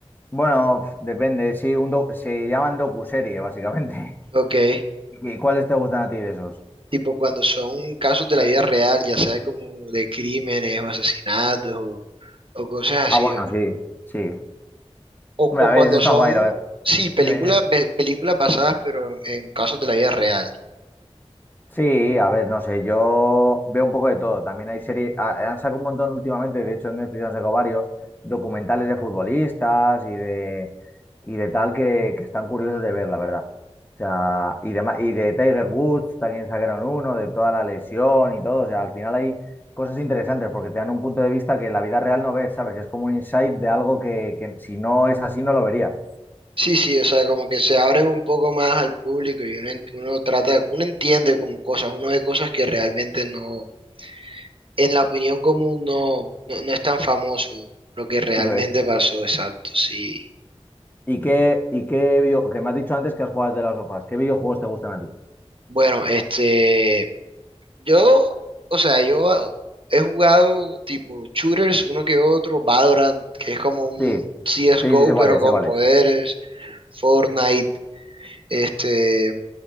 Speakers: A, on the left; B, on the right.
A: Bueno, pff, depende, sí, un do- se llaman docuserie, básicamente.
B: Ok.
A: <laughs> ¿Y cuáles te gustan a ti de esos?
B: Tipo cuando son casos de la vida real, ya sea como de crímenes o asesinatos o, o cosas así.
A: Ah, bueno, sí, sí.
B: O, o
A: Hombre, a ver,
B: cuando
A: eso está
B: son,
A: guay, lo-
B: sí,
A: Dime,
B: películas,
A: dime.
B: ve- películas basadas pero en casos de la vida real.
A: Sí, a ver, no sé, yo veo un poco de todo. También hay series, han sacado un montón últimamente, de hecho en Netflix han sacado varios documentales de futbolistas y de, y de tal que, que están curiosos de ver, la verdad. O sea, y de, ma- y de Tiger Woods también sacaron uno, de toda la lesión y todo. O sea, al final hay cosas interesantes porque te dan un punto de vista que en la vida real no ves, ¿sabes? Es como un insight de algo que, que si no es así no lo verías.
B: Sí, sí, o sea, como que se abren un poco más al público y uno, ent- uno trata, uno entiende como cosas, uno ve cosas que realmente no, en la opinión común no, no, no es tan famoso lo que realmente
A: Eso es.
B: pasó, exacto, sí.
A: ¿Y qué, y qué video, que me has dicho antes que has jugado de las sofás? ¿Qué videojuegos te gustan a ti?
B: Bueno, este, yo, o sea, yo he jugado tipo shooters, uno que otro, Valorant, que es como un
A: Sí,
B: CSGO
A: sí, sí, sé cuál
B: pero
A: es,
B: con
A: sé
B: poderes,
A: es.
B: Fortnite. Este,